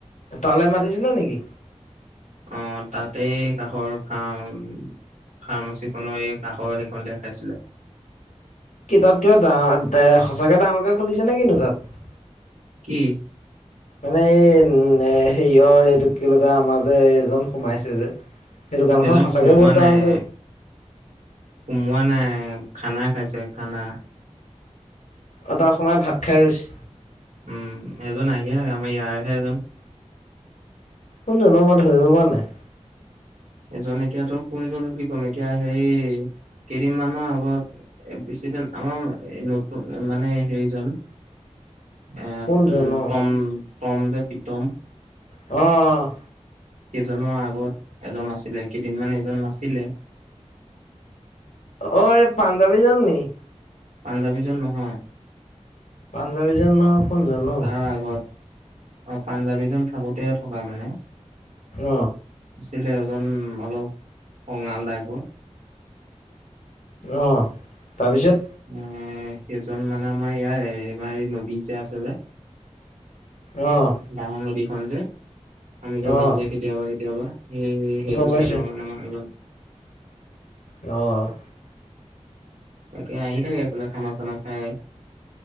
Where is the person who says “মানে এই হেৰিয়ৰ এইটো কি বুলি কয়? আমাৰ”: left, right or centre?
Left